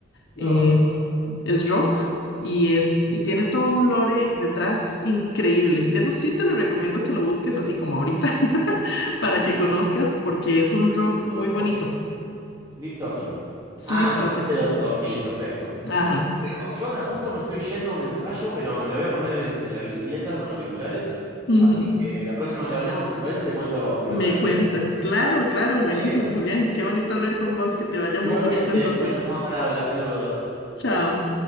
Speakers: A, on the left; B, on the right.
A: eh,
B: No lo conozco.
A: es rock y es y tiene todo un lore detrás increíble. Eso sí te lo recomiendo que lo busques así como ahorita <laughs> para que
B: Sleep
A: conozcas porque es un rock muy bonito.
B: Token. Sleep Token.
A: Sleep
B: Ah, Sleep
A: Token.
B: de do- dormir, perfecto.
A: Ajá.
B: Bueno, yo ahora justo me estoy yendo a un ensayo, pero me lo voy a poner en, en la bicicleta con auriculares.
A: ujú.
B: Así que la próxima que hablemos, si te parece, te cuento qué
A: Me
B: me pareció.
A: cuentas. Claro, claro, buenísimo,
B: ¿Vale?
A: Julián. Qué bonito hablar con vos, que te vaya muy
B: Igualmente.
A: bonito entonces.
B: Bueno, estamos al habla. Saludos.
A: Chao.